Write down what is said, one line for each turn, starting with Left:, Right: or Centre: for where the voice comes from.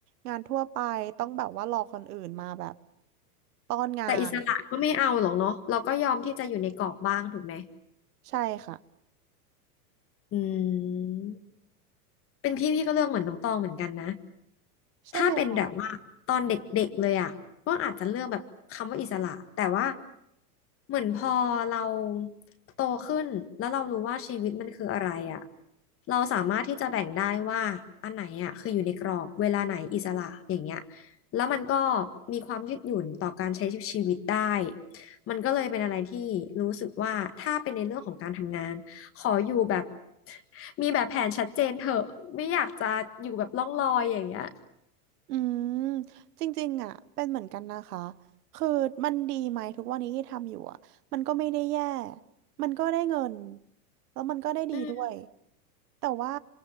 Right: งานทั่วไปต้องแบบว่ารอคนอื่นมาแบบต้อนงาน
Left: แต่อิสระก็ไม่เอาหรอกเนาะเราก็ยอมที่จะอยู่ในกรอบบ้างถูกไหม
Right: ใช่ค่ะ
Left: อืม เป็นพี่พี่ก็เลือกเหมือนน้องตองเหมือนกันนะ
Right: ใช่ไหมคะ
Left: ถ้าเป็นแบบว่าตอนเด็กๆเลยอ่ะก็อาจจะเลือกแบบคำว่าอิสระ แต่ว่าเหมือนพอเราโตขึ้นแล้วเรารู้ว่าชีวิตมันคืออะไรอ่ะเราสามารถที่จะแบ่งได้ว่าอันไหนอ่ะคืออยู่ในกรอบเวลาไหนอิสระอย่างเงี้ยแล้วมันก็มีความยืดหยุ่นต่อการใช้ชีวิตได้ มันก็เลยเป็นอะไรที่รู้สึกว่าถ้าเป็นในเรื่องของการทำงานขออยู่แบบมีแบบแผนชัดเจนเถอะไม่อยากจะอยู่แบบล่องลอยอย่างเงี้ย
Right: อืมจริงๆอ่ะเป็นเหมือนกันนะคะคือมันดีไหมทุกวันนี้ที่ทำอยู่อ่ะมันก็ไม่ได้แย่มันก็ได้เงินแล้วมันก็ได้ดีด้วย
Left: อืม
Right: แต่ว่า